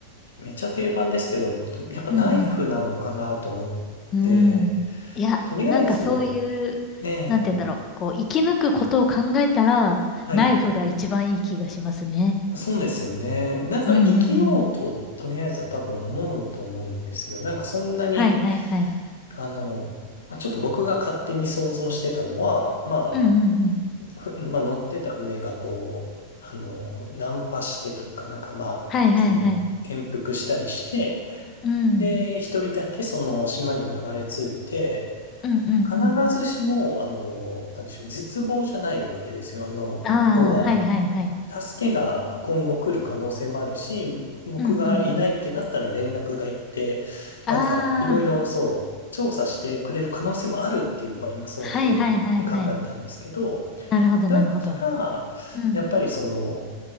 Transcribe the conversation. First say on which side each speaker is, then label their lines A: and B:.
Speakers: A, on the left; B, on the left.
A: めっちゃ定番ですけど、やっぱナイフなのかなと思って、
B: うんうん。うん。いや、
A: とりあえず、
B: なんかそういう、
A: ええ、
B: なんて言うんだろう。こう、生き抜くことを考えたら、
A: はい、
B: ナイフが一番いい気がしますね。
A: そうですよね。なんか生きようと、
B: うんうんうん。
A: とりあえずは多分思うと思うんですよ。なんかそんなに、
B: はいはいはい。
A: あの、まあ、ちょっと僕が勝手に想像してたのは、ま
B: うんうんうん。
A: ふ <laughs> まあ、乗ってた船がこう、あの、難破してというか、なんかまあ、
B: はいはいはい。
A: その、転覆したりして、
B: うん。
A: で、一人だけその島に流れ着いて、
B: うんうんうん。
A: 必ずしも、あの、なんでしょう、絶望じゃないわけですよ。あの、
B: ああ、
A: 要は、
B: はいはいはい。
A: 助けが今後来る可能性もあるし、僕がいないってなったら連絡が行って、
B: うんうん。
A: なんか、
B: ああ、
A: いろいろそう、調査してくれる可能性もあるっていう、まあ今想定で考えたんですけど、
B: はいはいはいはい。なるほどなるほど。
A: だったら、
B: うん。
A: やっぱりその、